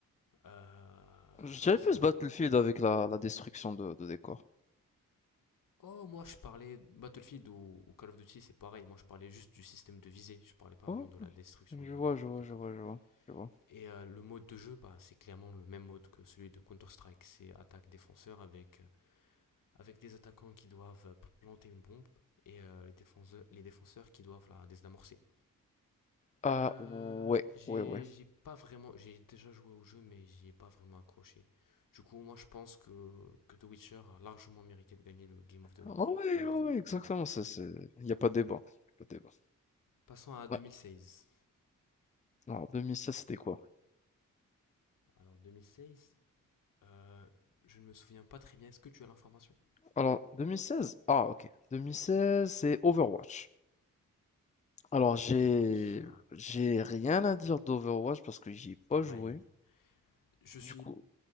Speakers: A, on the left; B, on the left.
A: Euh,
B: Je dirais
A: ça...
B: plus Battlefield avec la, la destruction de, de décors.
A: Oh, moi je parlais Battlefield ou, ou Call of Duty, c'est pareil, moi je parlais juste du système de visée, je parlais pas
B: Oh,
A: vraiment de la destruction
B: je
A: de,
B: vois, je
A: de
B: vois,
A: décors.
B: je vois, je vois, je vois.
A: Et euh, le mode de jeu, bah, c'est clairement le même mode que celui de Counter-Strike. C'est attaque-défenseur avec, euh, avec des attaquants qui doivent euh, planter une bombe et euh, les défenseurs, les défenseurs qui doivent la désamorcer.
B: Ah,
A: Euh,
B: ouais,
A: j'ai,
B: ouais, ouais.
A: j'ai pas vraiment, j'ai déjà joué au jeu, mais j'y ai pas vraiment accroché. Du coup, moi, je pense que, que The Witcher a largement mérité de gagner le Game of the,
B: Ah ouais,
A: Game
B: ouais,
A: of the Year.
B: ouais, exactement, c'est, c'est... Il n'y a pas de débat. Pas de débat.
A: Passons à 2016.
B: Ouais. Alors, 2016, c'était quoi?
A: Alors, 2016, euh, je ne me souviens pas très bien. Est-ce que tu as l'information?
B: Alors, 2016? Ah, ok. 2016, c'est Overwatch. Alors, j'ai...
A: Overwatch, ça,
B: J'ai rien à dire d'Overwatch parce que j'y ai pas
A: pareil.
B: joué.
A: Je
B: Du
A: suis.
B: coup,